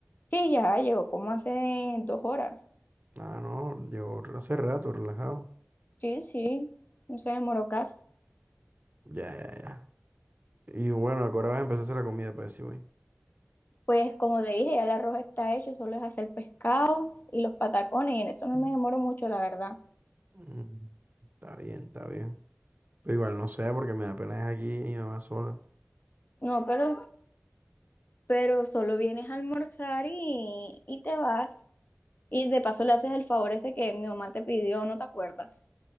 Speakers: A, on the left; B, on the right.
A: Sí, ya llegó como hace dos horas.
B: Ah, no, yo hace rato, relajado.
A: Sí, sí, no se demoró casi.
B: Ya, ya, ya. Y bueno, ahora vas a empezar a hacer la comida, para decir voy.
A: Pues como te dije, ya el arroz está hecho, solo es hacer pescado y los patacones, y en eso no me demoro mucho, la verdad.
B: Mm, Está bien, está bien. Pero igual no sé, porque me da pena dejar aquí a mi mamá sola.
A: No, pero, pero solo vienes a almorzar y, y te vas. Y de paso le haces el favor ese que mi mamá te pidió, ¿no te acuerdas?